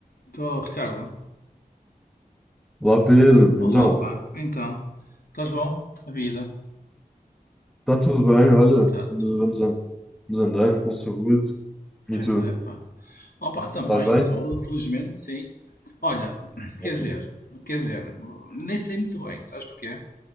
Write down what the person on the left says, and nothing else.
Estou, Ricardo.
Olá,
pá. Então, estás bom? A vida?
Está
tudo.
Pois
é, pá. Ó, também,
saúde, felizmente, sim. Olha,
quer dizer, quer dizer, nem sei muito bem, sabes porquê?